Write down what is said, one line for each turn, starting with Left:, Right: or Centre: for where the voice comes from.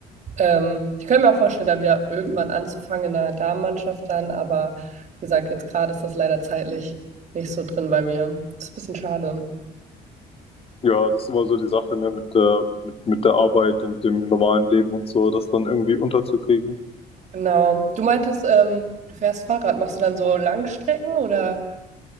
Right: Ähm, ich könnte mir auch vorstellen, da wieder irgendwann anzufangen in der Damenmannschaft dann, aber wie gesagt, jetzt gerade ist das leider zeitlich nicht so drin bei mir. ist ein bisschen schade.
Left: Ja, das ist immer so die Sache, ne, mit der, mit, mit der Arbeit und dem normalen Leben und so, das dann irgendwie unterzukriegen.
Right: Genau. Du meintest, ähm, du fährst Fahrrad. Machst du dann so Langstrecken oder?